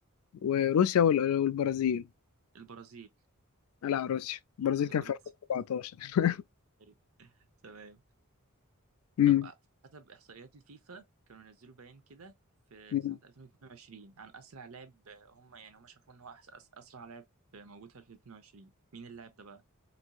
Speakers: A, on the left; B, on the right.
A: وروسيا وال- والبرازيل
B: البرازيل
A: آه لا روسيا البرازيل
B: <laughs>
A: كان في
B: روسيا
A: 2014
B: أيوة. تمام
A: امم
B: طب أ- حسب احصائيات الفيفا كانوا نزلوا بيان كده في
A: أمم.
B: في سنة 2022 عن اسرع لاعب هم يعني هم شافوا ان هو أحس أس- اسرع لاعب موجود في 2022 مين اللاعب ده بقى